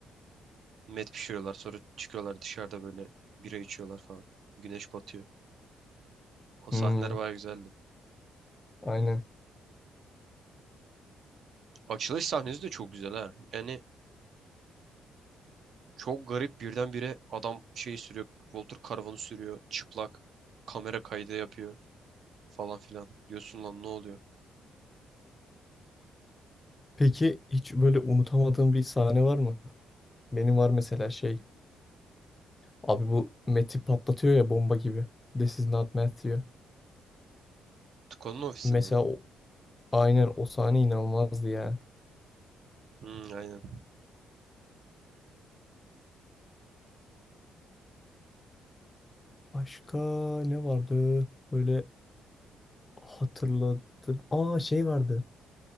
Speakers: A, on the right; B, on the left.
A: Met pişiriyorlar sonra çıkıyorlar dışarıda böyle bira içiyorlar falan. Güneş batıyor. O sahneler
B: Hmm,
A: bayağı güzeldi.
B: aynen.
A: Açılış sahnesi de çok güzel ha. Yani çok garip birdenbire adam şey sürüyor. Walter Karavan'ı sürüyor. Çıplak. Kamera kaydı yapıyor falan filan. Diyorsun lan ne oluyor?
B: Peki hiç böyle unutamadığın bir sahne var mı? Benim var mesela şey. Abi bu Matt'i patlatıyor ya bomba gibi. This is not Matt diyor.
A: Tuko'nun ofisinde
B: Mesela
A: mi?
B: o- aynen o sahne inanılmazdı ya.
A: Hmm, aynen.
B: Başka ne vardı? Böyle Hatırladım. Aa şey vardı.